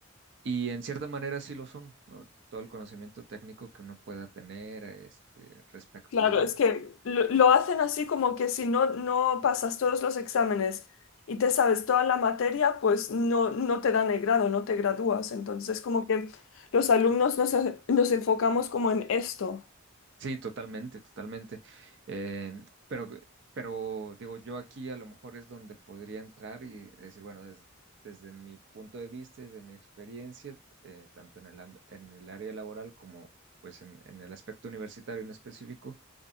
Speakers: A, on the right; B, on the left.
A: Y en cierta manera sí lo son, ¿no? Todo el conocimiento técnico que uno pueda tener, este, respecto
B: Claro, es que lo, lo hacen así como que si no, no pasas todos los exámenes y te sabes toda la materia, pues no, no te dan el grado, no te gradúas. Entonces, como que los alumnos nos, nos enfocamos como en esto.
A: Sí, totalmente, totalmente. Em, pero, pero digo, yo aquí a lo mejor es donde podría entrar y decir, bueno, des- desde mi punto de vista, desde mi experiencia, eh, tanto en el, am- en el área laboral como pues en, en el aspecto universitario en específico,